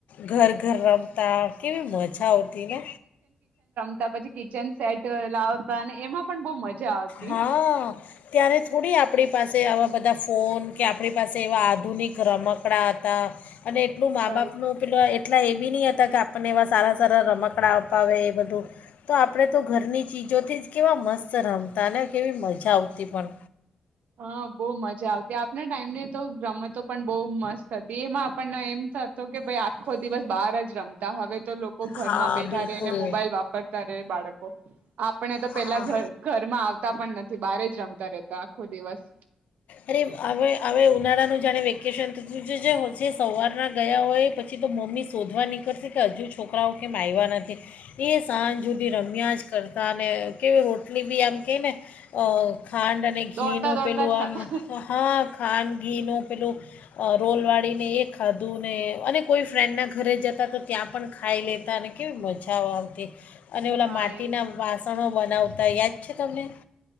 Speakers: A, on the left; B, on the right.
A: ઘર ઘર રમતા કેવી મજા આવતી ને?
B: તા પછી કિચન સેટ લાવતા ને એમાં પણ બહુ મજા આવતી
A: હા, ત્યારે થોડી આપડી પાસે આવા બધા ફોન કે આપદડી પાસે એવા આધુનિક રમકડા હતા અને એટલું મા
B: રાઈટ
A: બાપનું પેલો એ એટલા એ બી ની હતા કે આપણને એવા સારા સારા રમકડા અપાવે એ બધું. તો આપણે તો ઘરની ચીજોથી જ કેવા મસ્ સ રમતા ને કેવી મજા આવતી પણ.
B: હા, બોવ મજા આવતી. આપના ટાઈમની તો રમતો પણ બોવ મસ્ત હતી. એમાં પણ એમ થતો કે ભઈ આખો દિવસ બાર જ રમતા હવે તો લોકો ઘરમાં
A: હા
B: બેઠા
A: બિલકુલ
B: રેને મોબાઈલ વાપરતા રે બાળકો. આપણે તો
A: હા
B: પેલા ઘ ઘરમાં આવતા પણ ન થી બારે જ રમતા રેતા. ખો દિવસ
A: અરે હવે હવે ઉનાળાનું જાણે વેકેશન તો જ જે જે સવારના ગયા હોય પછી તો મમ્મી શોધવા નીકળતી કે હજુ છોકરાઓ કેમ આયવા નથી. એ સાંજ હૂધી રમ્યા જ કરતા અને કેવી રોટલી બી આમ કે ને અ ખાંડ અને ઘીનું
B: દોડતા દોડતા
A: પેલું
B: જ
A: આમ
B: ખાતા
A: અ હા, ખાંડ ધીનું. પેલું અ રોલવાળીને એ ખાધું ને અને કોઈ ફ્રેન્ડના ઘરે જતા તો ત્યાં પણ ખાઈ લેતા અને કેવી મજાઓ આવતી! અને ઓલા
B: હા
A: માટીના
B: એજ
A: વાસણો બનાવ તા, યાદ છે તમને?